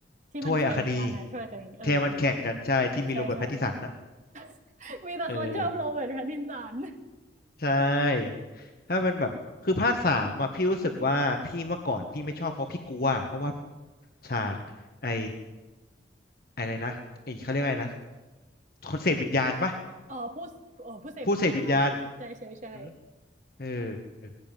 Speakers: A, on the right; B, on the left.
A: ที่มันแข่งกันนะถ้วยกัศนเออเออ
B: ถ้วยอัคนีแทมันแข่งกันใช่ที่มีโรเบิร์ตแพตตินสัน
A: ใช่ใช่ <laughs> มีแต่คนชอบโรเบิร์ตแพตตินสัน
B: เออใช่ถ้าเป็นแบบคือภาคสามอ่ะพี่รู้สึกว่าพี่เมื่อก่อนพี่ไม่ชอบเพราะพี่กลัวเพราะว่าฉากไอ้อะไรนะไอ้เขาเรียกอะไรนะคนเสพวิญญาณปะ
A: อ๋อผู้เออผู้เสพวิญญาณใช่ใช่ใช่
B: ผู้เสพวิญญาณอืมเออ